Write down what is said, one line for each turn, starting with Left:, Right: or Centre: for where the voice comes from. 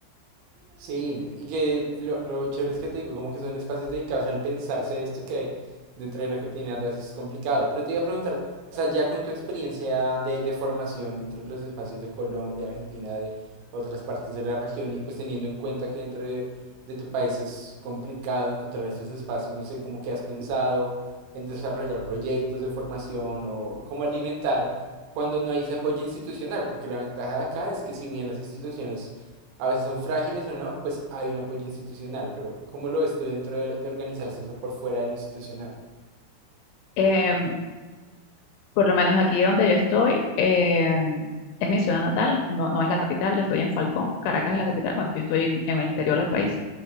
Right: Sí, y que lo, lo chévere es que te digo, como que son espacios dedicados al pensarse esto que dentro de la cotidianidad a veces es complicado. Pero te iba a preguntar, o sea, ya con tu experiencia de, de formación dentro de los espacios de Colombia, Argentina, de otras partes de la región, y pues teniendo en cuenta que dentro de, de tu país es complicado encontrar estos espacios, no sé, cómo que has pensado en desarrollar proyectos de formación o cómo alimentar cuando no hay ese apoyo institucional, porque la ventaja de acá es que si bien las instituciones a veces son frágiles o no, pues hay un apoyo institucional, pero ¿cómo lo ves tú dentro de, de organizarse eso por fuera de lo institucional?
Left: Eh, por lo menos aquí donde yo estoy, eh, es mi ciudad natal, no, no es la capital, estoy en Falcón, Caracas es la capital, bueno, yo estoy en, en el interior del país.